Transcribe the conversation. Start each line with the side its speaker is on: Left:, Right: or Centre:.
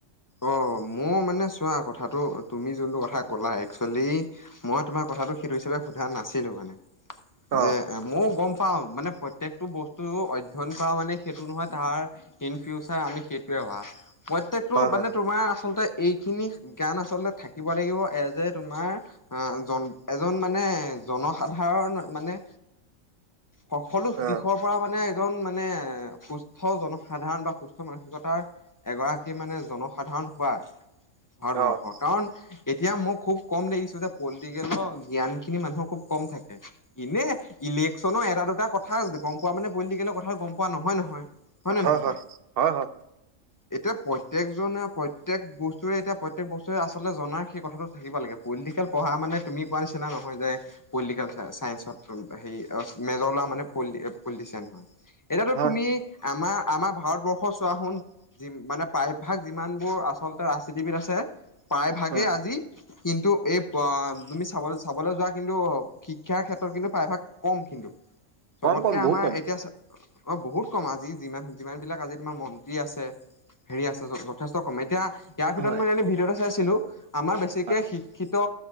Left: অ' মোৰ মানে চোৱা কথাটো তুমি যোনটো কথা ক'লা একচুৱেলি মই তোমাৰ কথাটো সেইটো হিচাপে সোধা নাছিলো মানে যে
Right: অ
Left: ময়ো গম পাওঁ, মানে প্ৰত্যেকটো বস্তু অধ্যয়ন কৰা মানে সেইটো নহয় তাৰ ইন ফিউচাৰ আমি সেইটোৱে হোৱা, প্ৰত্যেকটো
Right: হয়
Left: মানে
Right: হয়
Left: তোমাৰ আচলতে এইখিনি গান আচলতে থাকিব লাগিব এজ এ তোমাৰ আ জন এজন মানে জনসাধাৰণ মানে সকলো
Right: অ',
Left: দিশত মানে এজন মানে সুস্থ জনসাধাৰণ বা সুস্থ মানসিকতাৰ এগৰাকী মানে জনসাধাৰণ হোৱা ভাৰতবৰ্ষৰ
Right: অ',
Left: কাৰণ এতিয়া মই খুব কম দেখিছো যে পলটিকেলৰ জ্ঞানখিনি মানুহৰ খুব কম থাকে। ইনেই ইলেকশ্যনৰ এটা দুটা কথা গম পোৱা মানে পলিটিকেলৰ কথা গম পোৱা নহয় নহয়। নে
Right: হয়
Left: নহয়
Right: হয়
Left: বাৰু?
Right: হয়, হয় হয়।
Left: <unintelligible> প্ৰত্যেকজনে প্ৰত্যেক বস্তুৰে এতিয়া প্ৰত্যেক বস্তুৰে আচলতে জনাৰ সেই কথাটো থাকিব লাগে। পলটিকেল পঢ়া মানে তুমি পোৱা নিচিনা নহয় যে পলটিকেল চাইন্সত হেৰি অহ মেজৰ লোৱা মানে পলি পলিটিচিয়ান হয়। এতিয়াতো
Right: হয়
Left: তুমি আমাৰ আমাৰ ভাৰতবৰ্ষ চোৱা হোন মানে প্ৰায়ভাগ যিমানবোৰ আচলতে ৰাজনীতিবিদ আছে প্ৰায়ভাগেই
Right: অ',
Left: আজি কিন্তু এই অ' তুমি চাবলৈ চাবলৈ যোৱা কিন্তু শিক্ষাৰ ক্ষেত্ৰত কিন্তু প্ৰায়ভাগ কম কিন্তু। চবতকে
Right: কম কম বহুত
Left: আমাৰ
Right: কম
Left: এতিয়া, অ' বহুত কম আজি যিমান যিমান বিলাক আজি তোমাৰ মন্ত্ৰী আছে। হেৰি আছে। যথেষ্ট কম এতিয়া ইয়াৰ
Right: হয়
Left: ভিতৰত মই এনে ভিডিঅ' এটা চাইছিলো আমাৰ বেছিকে
Right: হয়
Left: শিক্ষি শিক্ষিত